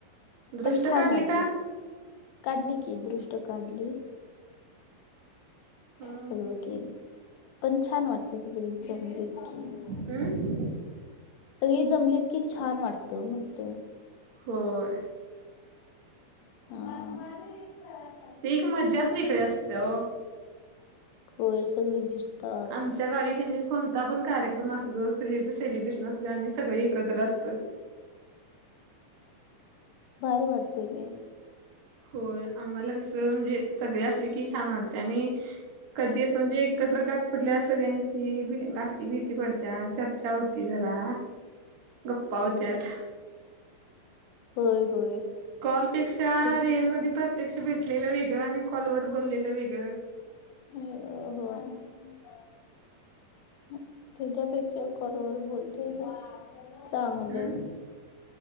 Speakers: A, on the right; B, on the left.
A: दृष्ट
B: पण छान
A: काढली
B: वाटत
A: का?
B: काढली की दृष्ट काढली.
A: हम्
B: सगळं केलं पण छान वाटत सगळीचमली इतकी.
A: हम्म.
B: सगळी जमलीत की छान वाटतं म्हटत.
A: होय.
B: <unintelligible>
A: ते एक मजाच वेगळे असते.
B: होय सगळी भेटतात.
A: आुमच्या गावी कोणता पण कार्यक्रम अस जो सेलिब्रेशन असो आम्ही सगळे एकत्र असतोय.
B: भारी वाटतेय
A: होय आम्हाला कसं म्हणजे सगळी असली की छान वाटतय आणि कधी असं म्हणजे एकत्र आपल्या सगळ्यांची भी नाती भीती पडत्या चर्चा होती जरा गप्पा होत्यात
B: होय होय.
A: कॉलपेक्षा
B: ते
A: रिअल मध्ये प्रत्यक्ष भेटलेलं वेगळं आणि कॉलवर बोललेलं वेगळ.
B: ् <unintelligible> त्यांच्यापेक्षा कलवर बोलते तर चांगलं.
A: हम्